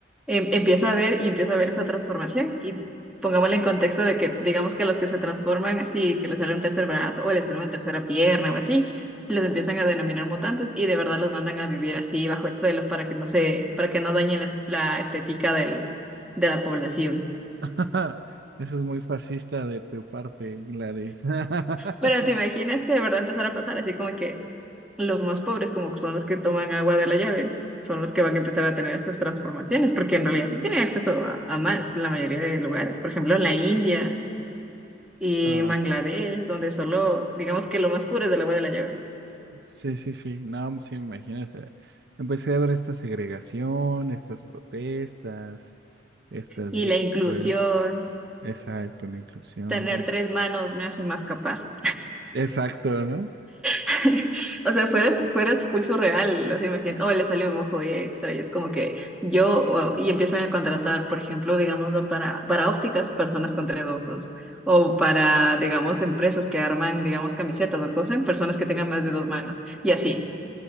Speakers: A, in the centre; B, on the right.
A: em- empieza a ver y empieza a ver esa transformación y pongámosle en contexto de que digamos que los que se transforman así, que les sale un tercer brazo o les sale una tercera pierna o así, los empiezan a denominar mutantes y de verdad los mandan a vivir así bajo el suelo para que no se, para que no dañen la, la estética del, de la población.
B: <laughs> Eso es muy fascista de tu parte, Gladys. <laughs>
A: Pero te imaginas que de verdad empezara a pasar así como que los más pobres, como que son los que toman agua de la llave, son los que van a empezar a tener estas transformaciones, porque en realidad no tienen acceso a, a más en la mayoría de lugares. Por ejemplo, en la India y
B: Ah,
A: en Bangladesh,
B: sí.
A: donde solo, digamos que lo más puro es el agua de la llave.
B: Sí, sí, sí, no, sí, imagínese. Empecé a ver esta segregación, estas protestas, estas
A: Y
B: guerras,
A: la inclusión,
B: exacto, la inclusión,
A: tener
B: bueno,
A: tres manos me hace más capaz.
B: exacto, ¿no?
A: <laughs> O sea, fuera, fuera expulso real, o sea, imagínate, o le salió un ojo extra y es como que yo, o- y empiezan a contratar, por ejemplo, digámoslo, para, para ópticas, personas con tres ojos, o para, digamos, empresas que arman, digamos, camisetas o cosas, personas que tengan más de dos manos, y así.